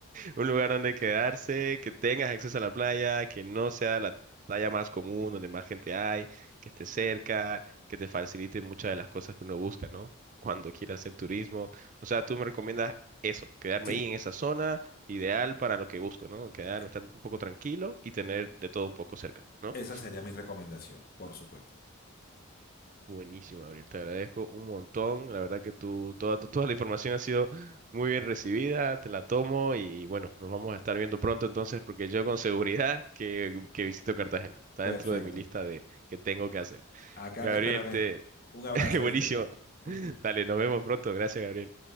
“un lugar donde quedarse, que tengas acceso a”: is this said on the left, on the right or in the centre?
Right